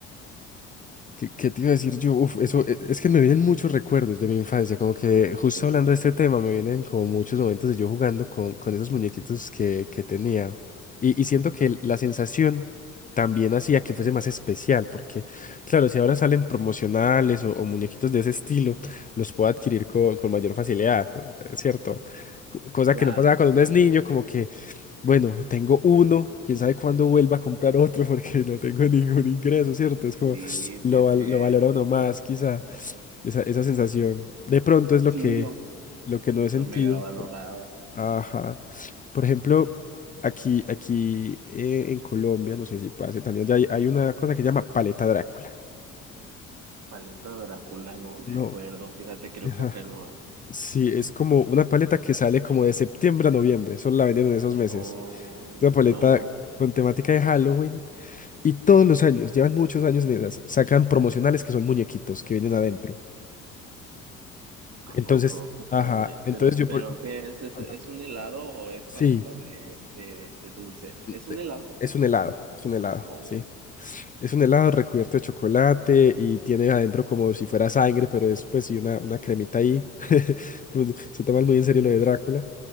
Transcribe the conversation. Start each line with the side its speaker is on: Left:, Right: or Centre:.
Left: ¿Qué, qué te iba a decir yo? Uf, eso e- es que me vienen muchos recuerdos de mi infancia, como que justo
Right: sí,
Left: hablando de este tema me vienen como muchos momentos de yo jugando con, con esos muñequitos que, que tenía. Y, y siento que la sensación también hacía que fuese más especial, porque claro, si ahora salen promocionales o, o muñequitos de ese estilo, los puedo adquirir co- con, mayor facilidad, ¿cierto? Co- Cosa
Right: claro,
Left: que no pasaba cuando
Right: sí,
Left: uno es niño, como que bueno, tengo uno, quién sabe cuándo vuelva a comprar otro porque no tengo <laughs> ningún ingreso, ¿cierto? Es
Right: sí,
Left: como
Right: sí
Left: lo,
Right: es
Left: val-
Right: cierto.
Left: lo valora uno más, quizá, esa, esa sensación. De pronto es lo
Right: Sí,
Left: que,
Right: lo,
Left: lo que no he sentido.
Right: lo mega valorabas.
Left: Ajá. Por ejemplo, aquí, aquí eh, en Colombia, no sé si pase también, allá hay, hay una cosa que se llama paleta Drácula.
Right: Paleta Drácula, no me
Left: No.
Right: acuerdo. Fíjate, creo
Left: Ajá.
Right: que acá no hay.
Left: Sí, es como una paleta que sale como de septiembre a noviembre, solo la venden en esos meses.
Right: Oh,
Left: Esa paleta
Right: no,
Left: con temática de Halloween. Y todos los años, llevan muchos años en esas, sacan promocionales que son muñequitos que vienen adentro.
Right: ¿a
Left: Entonces,
Right: poco? Qué padre.
Left: ajá, entonces
Right: Pero,
Left: yo
Right: pero
Left: por...
Right: ¿qué es? ¿Es,
Left: Anda.
Right: es un helado o es
Left: Sí,
Right: paleta de, de, de dulce? ¿Es un
Left: eh,
Right: helado?
Left: es un helado, es un helado,
Right: No.
Left: sí. Es un helado recubierto de chocolate y tiene adentro como si fuera sangre, pero es pues sí una, una cremita ahí. <laughs> Pues, Se toman muy en serio lo de Drácula.